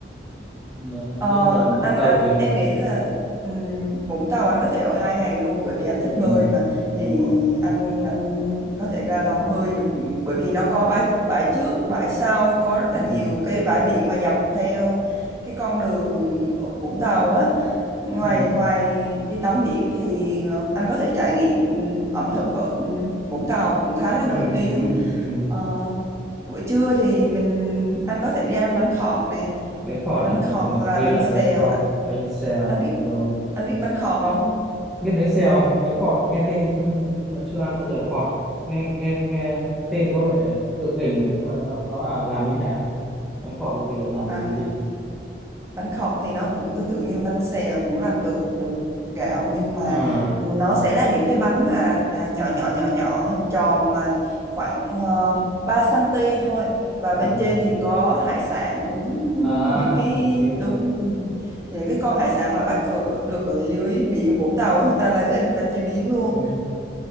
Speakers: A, in the centre; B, on the right.
A: Ờ,
B: Ờ,
A: nên ở Vũng
B: anh
A: Tàu
B: anh
A: thì
B: em nghĩ là ừm, Vũng Tàu anh có thể ở hai ngày luôn bởi vì anh thích
A: ừ.
B: bơi mà
A: đúng
B: thì
A: rồi
B: anh anh có thể ra đó bơi được bởi vì nó có bãi bãi trước bãi sau có rất là nhiều
A: ừ.
B: cái bãi biển mà dọc theo cái con đường ở Vũng Tàu á ngoài
A: Ừ.
B: ngoài đi tắm biển thì ờ, anh có thể trải nghiệm ừm, ẩm thực ở ừm, Vũng Tàu cũng khá là
A: Ừ.
B: nổi tiếng
A: Ừ. Ừ.
B: Ờ, buổi trưa thì mình anh có thể đi ăn bánh khọt nè
A: bánh khọt
B: bánh
A: à Ồ,
B: khọt
A: thì
B: hoặc là
A: ghi
B: bánh
A: lại
B: xèo
A: bánh khọt bánh xèo
B: anh biết
A: rồi
B: anh biết bánh khọt không
A: biết bánh xèo không? bánh khọt thì nghe tên hay không nhưng mà chưa ăn bao giờ khọt nghe nghe nghe tên có vẻ tượng hình nhỉ nhưng mà nó nó là làm như thế nào bánh khọt là kiểu làm
B: à
A: từ cái gì
B: bánh khọt thì nó cũng tương tự như bánh xèo cũng làm từ bột gạo nhưng mà
A: à
B: nó sẽ là những cái bánh mà à, nhỏ nhỏ nhỏ nhỏ hình tròn mà khoảng ờ, 3 cm thôi và
A: à
B: bên trên thì có hải sản đúng
A: à
B: những cái
A: ok
B: đúng ừ, những cái con hải sản mà bắt ở, được ở dưới biển Vũng Tàu á người ta lấy lên người ta chế biến luôn
A: ừ.